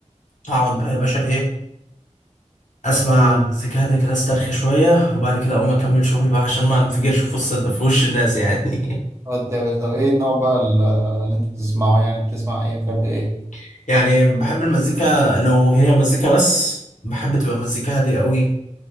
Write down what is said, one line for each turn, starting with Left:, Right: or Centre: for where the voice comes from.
Left: اقعد بقى يا باشا ايه اسمع
Right: مم.
Left: مزيكا هاديه كده استرخي شويه وبعد كده اقوم اكمل شغل بقى عشان ما انفجرش في وسط في وش الناس يعني
Right: ودي يا باشا طب ايه النوع بقى ال- اللي انت بتسمعه يعني بتسمع ايه بتحب ايه
Left: <laughs> يعني بحب المزيكا لو هي مزيكا بس بحب تبقى مزيكا هاديه قوي